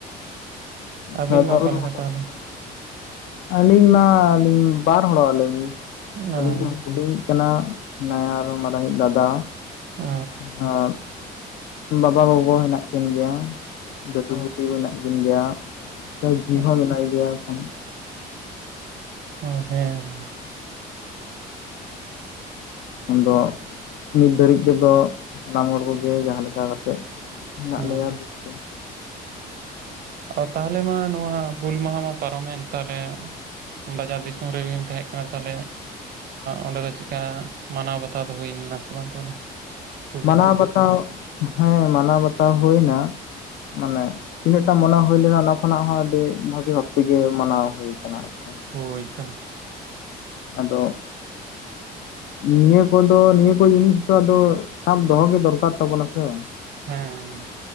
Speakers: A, on the left; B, on the right.
A: <unintelligible>
B: ᱟᱹᱵᱤᱱ ᱢᱟ ᱚᱠᱟ ᱞᱮᱠᱟ ᱛᱟᱦᱚᱞᱮ?
A: ᱟᱹᱞᱤᱧ ᱢᱟ ᱟᱹᱞᱤᱧ ᱵᱟᱨ ᱦᱚᱲᱚᱜᱞᱤᱧ
B: ᱚ
A: ᱟᱹᱞᱤᱧ ᱦᱩᱰᱤᱧ ᱤᱡ ᱠᱟᱱᱟ ᱱᱟᱭᱟ <unintelligible> ᱢᱟᱨᱟᱝ ᱤᱡ ᱫᱟᱫᱟ
B: ᱩᱻ
A: ᱟᱨ ᱵᱟᱵᱟ ᱜᱚᱜᱚ ᱦᱮᱱᱟᱜ ᱠᱤᱱ ᱜᱮᱭᱟ ᱫᱟᱹᱰᱩ ᱵᱩᱰᱤ ᱢᱮᱱᱟᱜ ᱠᱤᱱ ᱜᱮᱭᱟ ᱡᱤ
B: ᱚ
A: ᱦᱚᱸ ᱢᱮᱱᱟᱭ ᱜᱮᱭᱟ ᱮᱠᱷᱚᱱ
B: ᱚ ᱦᱮᱸ
A: ᱩᱱᱫᱚ ᱱᱤᱛ ᱫᱷᱟᱹᱨᱤᱡ ᱛᱮᱫᱚ ᱥᱟᱱᱟᱢ ᱦᱚᱲ ᱠᱚᱜᱮ ᱡᱟᱦᱟᱸ ᱞᱮᱠᱟ ᱠᱟᱛᱮᱜ ᱢᱮᱱᱟᱜ
B: ᱦᱩᱸ
A: ᱞᱮᱭᱟ ᱜᱮ
B: ᱚ ᱛᱟᱦᱚᱞᱮ ᱢᱟ ᱱᱚᱣᱟ ᱦᱩᱞ ᱢᱟᱦᱟ ᱢᱟ ᱯᱟᱨᱚᱢᱮᱱ ᱛᱟᱦᱚᱞᱮ ᱵᱟᱡᱟᱨ ᱫᱤᱥᱚᱢ ᱨᱮᱜᱤᱱ ᱛᱟᱦᱮᱸ ᱠᱟᱱᱟ ᱛᱟᱦᱚᱞᱮ ᱚᱸᱰᱮ ᱫᱚ ᱪᱮᱠᱟ ᱢᱟᱱᱟᱣ ᱵᱟᱛᱟᱣ ᱫᱚ ᱦᱩᱭ ᱞᱮᱱᱟ ᱥᱮ ᱵᱟᱝ ᱛᱟᱦᱚᱞᱮ ᱦᱩᱞ
A: ᱢᱟᱱᱟᱣ
B: ᱢᱟᱦᱟ
A: ᱵᱟᱛᱟᱣ ᱦᱮᱸ ᱢᱟᱱᱟᱣ ᱵᱟᱛᱟᱣ ᱦᱩᱭ ᱮᱱᱟ ᱢᱟᱱᱮ ᱛᱤᱱᱟᱹᱜ ᱴᱟ ᱢᱚᱱᱮ ᱦᱩᱭ ᱞᱮᱱᱟ ᱚᱱᱟ ᱠᱷᱚᱱᱟᱜ ᱦᱚᱸ ᱟᱹᱰᱤ ᱵᱷᱟᱜᱤ ᱵᱷᱟᱵ ᱛᱮᱜᱮ ᱢᱟᱱᱟᱣ ᱦᱩᱭ ᱟᱠᱟᱱᱟ ᱟᱨᱠᱤ
B: ᱦᱳᱭ ᱫᱚ
A: ᱟᱫᱚ ᱱᱤᱭᱟᱹ ᱠᱚᱫᱚ ᱱᱤᱭᱟᱹ ᱠᱚ ᱡᱤᱱᱤᱥ ᱫᱚ ᱟᱫᱚ ᱥᱟᱵ ᱫᱚᱦᱚᱜ ᱜᱮ ᱫᱚᱨᱠᱟᱨ ᱛᱟᱵᱚᱱᱟ ᱥᱮ
B: ᱦᱮᱸ